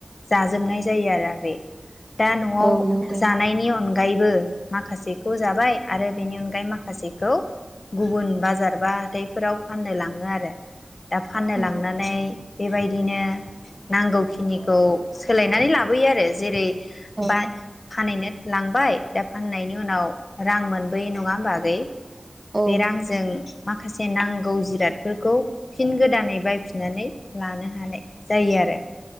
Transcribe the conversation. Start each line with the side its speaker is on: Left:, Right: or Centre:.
Left: जाजोबनाय जायो आरो आगै दा नआव
Right: औ नंगौ
Left: जानायनि अनगायैबो माखासेखौ जाबाय आरो बेनि अनगायै माखासेखौ गुबुन बाजार बा हाथाइफोराव फाननो लांङो आरो दा फाननो
Right: औ
Left: लांनानै बेबायदिनो नांगौखिनिखौ सोलायनानै ला बै आरो जेरै
Right: औ
Left: बा फानैनो लांबाय दा फाननायनि उनाव रां मोनबोयो नंङा होमबा आगै
Right: औ
Left: बे रांजों माखासे नांं नांगौ जिरादफोरखौ फिन गोदानै बायफिननानै लानो ह हानाय जायो आरो